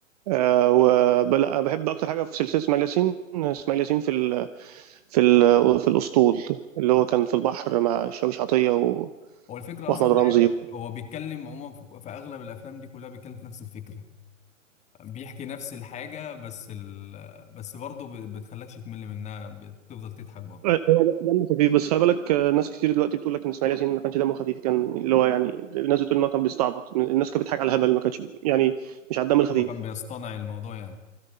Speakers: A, on the right; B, on the left.
A: آه، وب- لا بحب اكتر حاجه في سلسله اسماعيل ياسين اسماعيل ياسين في ال... في ال... في الاسطول اللي هو كان في البحر مع شاويش عطيه و...
B: هو الفكرة
A: واحمد
B: أصلا
A: رمزي
B: ده هو بيتكلم عموما في, في أغلب الأفلام دي كلها بيتكلم في نفس الفكرة بيحكي نفس الحاجة بس ال... بس برضه ب- بتخلكش تمل منها بتفضل تضحك برضه
A: آه، هو ده- دمه خفيف بس خلي بالك آه، ناس كتير دلوقتي بتقول لك ان اسماعيل ياسين ما كانش دمه خفيف كان اللي هو يعني الناس بتقول ان هو كان بيستعبط الناس كانت بتضحك على الهبل ما كانش بي- يعني مش على الدم الخفيف
B: هو كان بيصطنع الموضوع يعني